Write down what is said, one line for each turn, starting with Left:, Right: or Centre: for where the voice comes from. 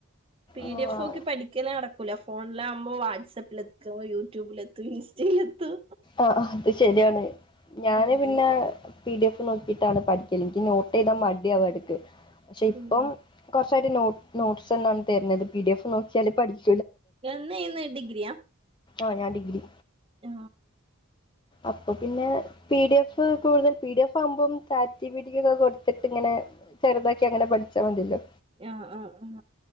Right: പി
Left: ഓഹ്
Right: ഡി എഫ്ക്കി പഠിക്കല നട ല ഫോണില ആകുമ്പോ വാട്സആപ്പില എത്തും യൂട്യൂബിലെത്തും ഇൻസ്റ്റയില എത്തും
Left: ആഅത് ശരിയാണ് ഞാന്
Right: ഉം
Left: പിന്നെ പി ഡി എഫ് നോക്കിട്ടാണ് പഠിക്കല് എനിക്ക് നോട്ട് ചെയ്താ മടി അവ എടുക്ക് പക്ഷെ ഇപ്പം
Right: ഉം
Left: കൊറ നോട്ടസ് എന്നാണ് തരുന്നത് പി ഡി എഫ് നോക്കിയാല് പഠിക്ക
Right: ന്ന്ന്ന് ഡിഗ്രിയാ
Left: ആഞ ഡിഗ്രി
Right: ആ
Left: അപ്പൊ പിന്നെ പി ഡി എഫ് കൂടുതൽ പി ഡി എഫ് ആകുമ്പം ചാറ്റപടൊക്കെ കൊടുത്തിട്ട് ഇങ്ങനെ ചെറുതാക്കി അങ്ങനെ പഠിച്ചാൽണ്ടല്ലോ
Right: ആആആ ആ